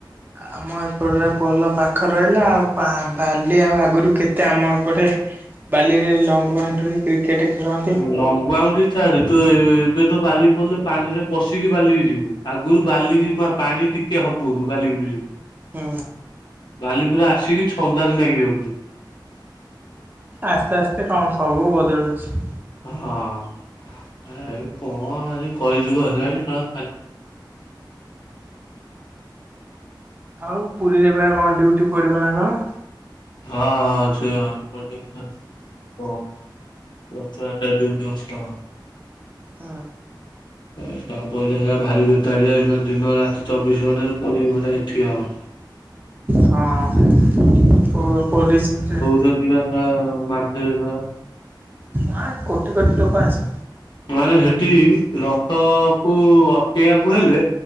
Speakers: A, on the right; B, on the left.
A: ଆମ ଏପଟରେ ପୋଲ ପାଖ ରହିଲା ଆଉ ପା ବାଲି ଆଉ ଆଗରୁ କେତେ ଆମ ଏପଟେ ବାଲିରେ ଲଙ୍ଗ୍ ବାଉଣ୍ଡ୍ରି ରେ କ୍ରିକେଟ୍ ଖେଳନ୍ତି।
B: ହୁଁ ଲଙ୍ଗ ବାଉଣ୍ଡରି ଛାଡେ ତୁ ଏ ଏବେ ତ ବାଲି ପଡ଼ିଲେ ପାଣି ରେ ପଶିକି ବାଲିକି ଯିବୁ ଆଗରୁ ବାଲି କି ମା ପାଣି ଟିକେ ହବୁନୁ ବାଲି <unintelligible>
A: ହୁଁ।
B: ବାଲିପୁରା ଆସିକି ଛନ୍ଦାରେ ନାଗି ଯାଉଥିଲା।
A: ଆସ୍ତେ ଆସ୍ତେ କଣ ସବୁ ବଦଳୁଛି।
B: ହଁ ଏ କଣ ଆସି କହିଯୁଗ ହେଲାଣି ଶଳା ଖାଲି ହୁଁ।
A: ଆଉ ପୁରୀରେ ବା କଣ ଡିଉଟି ପଡିବ ନା କଣ।
B: <unintelligible> ରଥଯାତ୍ରା ଡିୟୁଟି ଅଛି ତ।
A: ହଁ।
B: ଏ ଶଳା ପଇଲେ ହେରା ଭାରି ଭେତାଳିଆ ଦିନ ରାତି ଚବିଶ ଘଣ୍ଟାରୁ କୋଡିଏ ଘଣ୍ଟା ହେଇଠି ଠିଆ ହବ।
A: ହଁ <inaudible> ପୋ ପୋଲିସି ରେ
B: ଯଦି ବା ସଳା ମାରିଦେବେ ସଳା
A: ନାଇ କୋଟି କୋଟି ଲୋକ ଆସି
B: ମାନେ ହେଠି ରଥ କୁ ଅଟକେଇବାକୁ ହେଲେ